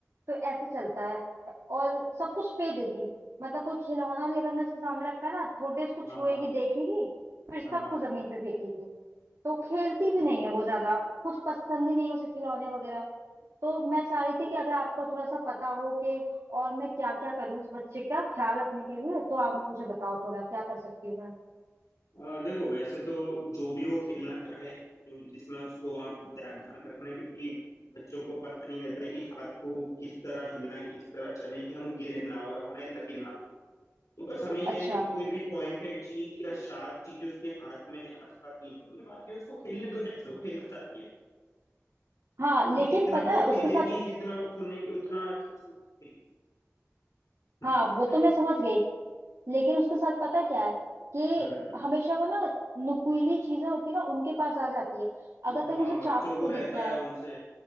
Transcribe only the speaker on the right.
तो ऐसे चलता है और सब कुछ फेंक देगी मतलब कोई खिलौना भी अगर मैं उसके सामने रखा है ना थोड़ी देर उसको
छुएगी
देखेगी फिर सबको
जमीन पे फेंकेगी तो खेलती भी
नहीं है वो ज्यादा कुछ पसंद ही नहीं है उसे खिलौने वगैरह तो मैं चाह रही थी कि अगर आपको थोड़ा सा पता हो कि और मैं क्या क्या करूँ उस बच्चे का ख्याल रखने के लिए तो आप मुझे बताओ थोड़ा क्या कर सकती हूँ मैं
अच्छा
हाँ
लेकिन
पता
है उसके
साथ
हाँ वो
तो मैं समझ गई लेकिन उसके साथ पता क्या है कि
हमेशा वो ना नुकीली चीजें होती है ना उनके पास आ जाती है अगर कहीं
उसे
चाकू
दिख
जाए